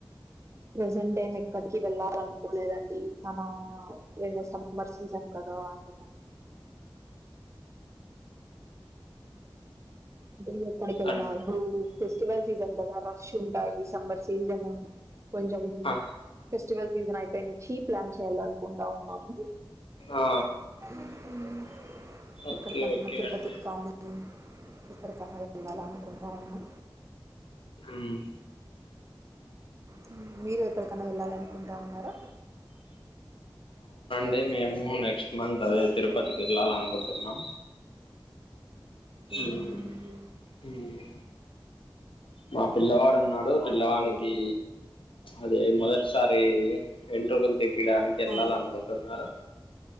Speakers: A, on the right; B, on the left.
A: ప్రేసెంట్ టైం ఎక్కడికి వెళ్ళాలనుకోలేదండి. మా మామ ఏదో సం మార్ సిజామ్ కదా అందుకనే బడిగిన <unintelligible> గుడికెల్న
B: అన్
A: <inaudible> ఫెస్టివల్ సీజన్ కదా రష్ ఉంటాయి. సమ్మర్ సీజన్ కొంచం
B: ఆ
A: పేస్ స్టివల్ సీజన్ అయిపోనించ్చి ప్లాన్ చేయాలనుకుంటా ఉన్నాము.
B: ఆ
A: హ్మ్
B: ఓకే
A: ఇక్కడికన్నా,
B: ఓకే
A: తిరుపతికి
B: అండి
A: కానీ ఇక్కడి కన్నా వెళ్ళాల అనుకుంటా ఉన్నం.
B: హ్మ్
A: హ్మ్ మీరు ఎప్పడికన్నా వెళ్ళాలన్ కుంటా ఉన్నారా
B: అదే మేము నెక్స్ట్ మంత్ అదే తిరుపతికేళ్ళాల్ అనుకుంటున్నాం.
A: ఓకే
B: హ్మ్
A: అండి.
B: హ్మ్ మా పిల్లవాడు ఉన్నాడు. పిల్లవానికి అదే మొదట్ టిసారీ వెంట్రుకలు తీపియ్యడానికి వెళ్లాలనుకుంటున్నారూ.
A: ఆహా